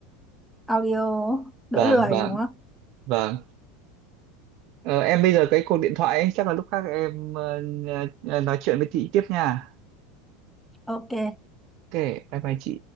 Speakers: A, in the centre; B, on the right.
A: audio đỡ
B: vâng
A: lười
B: vâng
A: đúng không
B: vâng Ờ, em bây giờ cái cuộc điện thoại ấy, chắc là lúc khác em ờ, ờ, nói chuyện với chị tiếp nha
A: ok
B: ok bye bye chị